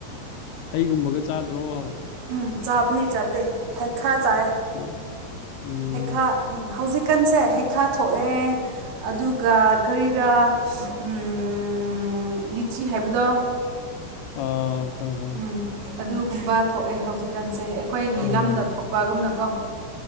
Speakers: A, on the left; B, on the right.
A: ꯍꯩꯒꯨꯝꯕꯒ ꯆꯥꯗ꯭ꯔꯣꯍꯕ
B: ꯎꯝ ꯆꯥꯕꯅꯦ ꯆꯥꯕꯅꯦ ꯍꯩꯈꯥ ꯆꯥꯏ
A: ꯑꯣ ꯎꯝ
B: ꯍꯩꯈꯥ ꯍꯧꯖꯤꯛ ꯀꯟꯁꯦ ꯍꯩꯈꯥꯊꯣꯛꯑꯦ ꯑꯗꯨꯒ ꯀꯔꯤꯔꯥ ꯎꯝ ꯎꯝ ꯂꯤꯆꯤ ꯍꯥꯏꯕꯗꯣ
A: ꯑꯥ ꯈꯪꯉꯦ ꯈꯪꯉꯦ
B: ꯎꯝ ꯑꯗꯨ ꯨꯒꯨꯝꯕ ꯊꯣꯛꯑꯦ ꯍꯧꯖꯤꯛꯀꯥꯟꯁꯦ ꯑꯩꯈꯣꯏꯒꯤ
A: ꯎꯝ
B: ꯂꯝꯗ ꯊꯣꯛꯄꯒꯨꯝꯅꯀꯣ